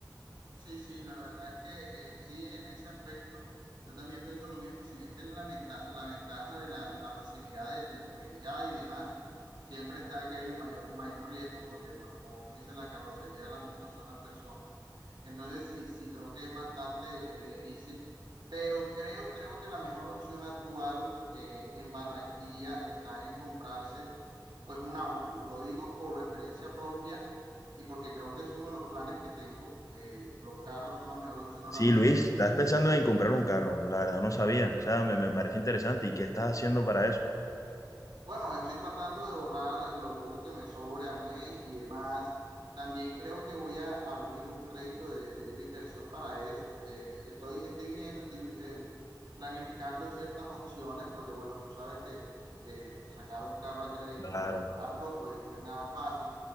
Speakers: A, on the right (about 85°); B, on the left (about 45°).
A: Sí, sí, la verdad es que eh, sí, en ese aspecto yo también pienso lo mismo, si bien tienen la, menta- la ventaja de la, de la facilidad de, de movilidad y demás, siempre está que hay un mayor, un mayor riesgo porque, bueno, como tú dices, la carrocería de las motos son las personas. Entonces sí, sí, creo que es bastante eh, difícil, pero creo, creo que la mejor opción actual eh, en Barranquilla está en comprarse pues un auto. Lo digo por experiencia propia y porque creo que es uno de los planes que tengo. Eh, los carros son la mejor opción ahora
B: Sí,
A: mismo.
B: Luis, estás pensando en comprar un carro, la verdad no sabía, o sea, me, me parece interesante. ¿Y qué estás haciendo para eso?
A: Bueno, estoy tratando de ahorrar lo poco que me sobre al mes y demás. También creo que voy a abrir un crédito de, de libre inversión para eso. Eh, estoy, estoy viendo, estoy eh, planificando ciertas opciones porque, bueno, tú sabes que eh, sacar un carro a crédito
B: Claro,
A: o comprarlo, pues no es nada fácil.